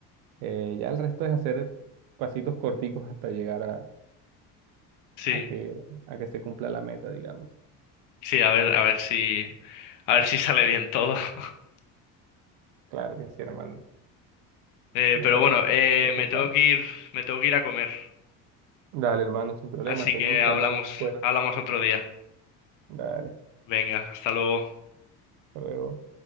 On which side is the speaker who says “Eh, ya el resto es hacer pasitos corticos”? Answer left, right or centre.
Right